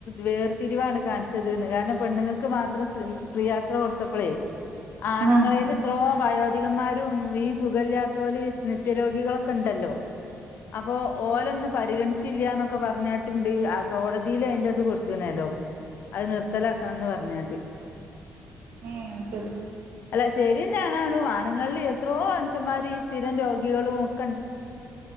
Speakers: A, on the left (about 65°); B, on the right (about 70°).
A: വേർതിരിവാണ് കാണിച്ചത് എന്ന് കാരണം പെണ്ണുങ്ങൾക്ക് മാത്രം സ്ത്രീ ക്രിയാത്ര കൊടുത്തപ്പോളേ ആണുങ്ങളൽ
B: ആഹ്
A: ഇത്രോ വയോ അധികന്മാരും ഈ സുഖില്ലത്തോല് നിത്യ രോഗികളാ <unintelligible> ണ്ടല്ലോ അപ്പോ ഓലോന്ന് പരിഗണിച്ച് ഇച്ചില്ലാന്നൊക്കെ പറഞ്ഞാട്ടുണ്ട് ആ കോടതിൽ അതിന്റെറ അത് കൊടുത്തണല്ലോ അത് നിർത്തലാക്കണംന്ന് പറഞ്ഞിട്ട്
B: ങേ ശരി
A: അല്ല ശരിന്നെണാണു ആണുങ്ങളിൽ എത്രോ മനുഷന്മാര് ഈ സ്ഥിരം രോഗികളും <inaudible>